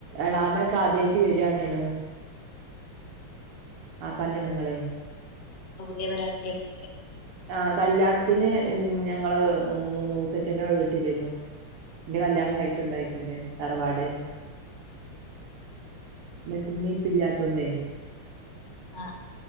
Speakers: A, on the right; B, on the left.
A: എളാമക്കെ ആദ്യ വരിയാണേനോ ആപ്പാന്റെ പെണ്ണുങ്ങള്
B: ഇപ്പം പുതിയ പേര ആക്കിയപ്പോൾ
A: ആ കല്യാണത്തിന് ഞ ഞങ്ങള് മൂത്തച്ഛൻറടെ വീട്ടില്ലേനോ എന്റെ കല്യാണം കഴിച്ചുകോണ്ടായിരിക്കുന്നുന്നത് തറവാട് ഇവർക്ക് ഉമ്മിൻ ഉപ്പയും ഇല്ലാത്തോണ്ട്
B: ആ